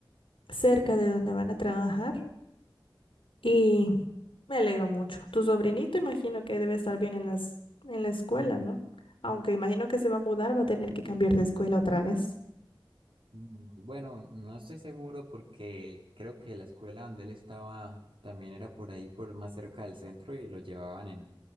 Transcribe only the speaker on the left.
cerca de donde van a trabajar. Y me alegro mucho. Tu sobrinito imagino que debe estar bien en las, en la escuela, ¿no? Aunque imagino que se va a mudar, va a tener que cambiar de escuela otra vez.